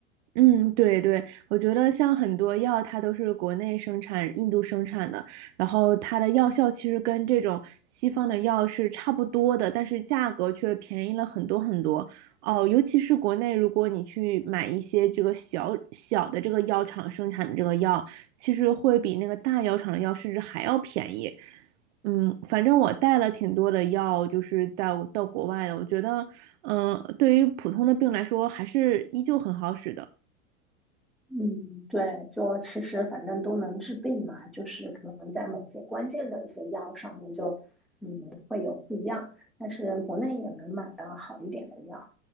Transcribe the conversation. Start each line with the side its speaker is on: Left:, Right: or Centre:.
Right: 嗯，对对，我觉得像很多药，它都是国内生产、印度生产的，然后它的药效其实跟这种西方的药是差不多的，但是价格却便宜了很多很多。哦，尤其是国内，如果你去买一些这个小小的这个药厂生产的这个药，其实会比那个大药厂的药甚至还要便宜。嗯，反正我带了挺多的药，就是到到国外的，我觉得，嗯、对于普通的病来说，还是依旧很好使的。
Centre: 嗯，对，就其实反正都能治病嘛，就是可能在某些关键的一些药上面就，嗯，会有不一样，但是国内也能买到好一点的药。